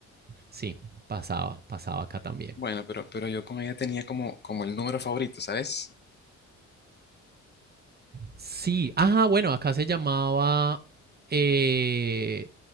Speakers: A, on the right; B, on the left.
A: sí, pasaba, pasaba acá también.
B: Bueno, pero, pero yo con ella tenía como, como el número favorito, ¿sabes?
A: Sí, ajá, bueno, acá se llamaba eh,